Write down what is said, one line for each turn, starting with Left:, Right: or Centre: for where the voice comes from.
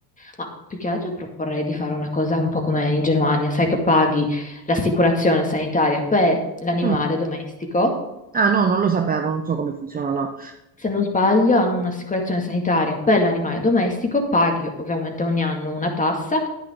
Left: Ma più che altro proporrei di fare una cosa un po' come in Germania, sai che paghi l'assicurazione sanitaria per l'animale
Right: Mm.
Left: domestico
Right: Ah no, non lo sapevo, non so come funziona là.
Left: Se non sbaglio, hanno un'assicurazione sanitaria per l'animale domestico, paghi ovviamente ogni anno una tassa,